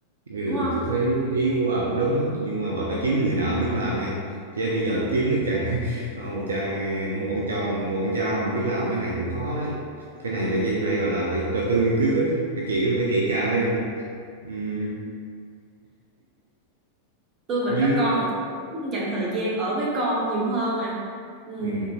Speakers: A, on the right; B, on the right.
A: ừ
B: đúng không
A: tôi thấy ý của bà cũng đúng ấy nhưng mà bà phải kiếm được người nào biết làm nha chứ bây giờ kiếm được chàng <laughs> một chàng một ông chồng một ông cha mà biết làm cái này cũng khó đấy cái này phải phải gọi là phải đầu tư nghiên cứu rất phải kỹ phải kỹ càng lên Ừm,
B: tôi mà
A: nhưng
B: có con thì tôi cũng dành thời gian ở với con nhiều hơn à ừ
A: Ừ.